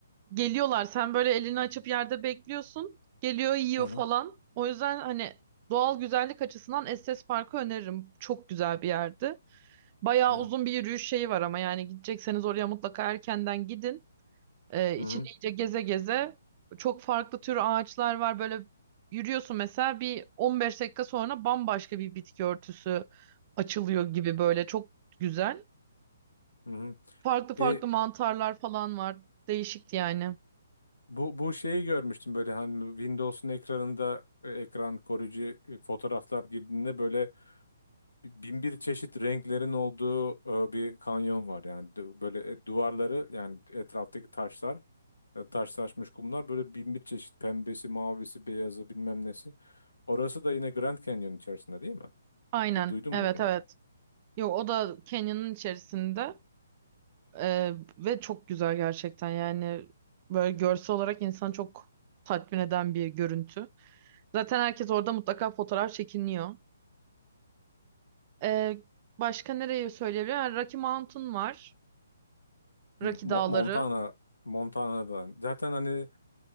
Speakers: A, on the right; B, on the left.
A: Geliyorlar. Sen böyle elini açıp yerde bekliyorsun. Geliyor, yiyor
B: Hı hı.
A: falan. O yüzden hani doğal güzellik açısından Estes Park'ı öneririm. Çok güzel bir yerdi. Bayağı
B: Hı hı.
A: uzun bir yürüyüş şeyi var ama yani gidecekseniz oraya mutlaka erkenden gidin. Ee, içini
B: Hı hı.
A: iyice geze geze çok farklı tür ağaçlar var. Böyle yürüyorsun mesela bir 15 dakika sonra bambaşka bir bitki örtüsü açılıyor gibi böyle çok güzel.
B: Hı hı.
A: Farklı farklı
B: E,
A: mantarlar falan var. Değişikti yani.
B: bu bu şeyi görmüştüm böyle hani Windows'un ekranında e, ekran koruyucu e, fotoğraflar girdiğinde böyle bi- bin bir çeşit renklerin olduğu e, bir kanyon var yani Du- böyle e, duvarları yani etraftaki taşlar e, taşlaşmış kumlar böyle bin bir çeşit pembesi, mavisi, beyazı bilmem nesi. Orası da yine Grand Canyon içerisinde değil mi?
A: Aynen.
B: E, Duydun
A: Evet
B: mu bunu?
A: evet. Yok o da Kenya'nın içerisinde Ee, ve çok güzel gerçekten yani böyle görsel olarak insanı çok tatmin eden bir görüntü. Zaten herkes orada mutlaka fotoğraf çekiniyor. Ee, başka nereyi söyleyebilirim? Yani Rocky Mountain var. Rocky
B: Hı, Mo-
A: Dağları.
B: Montana, Montana'dan. Zaten hani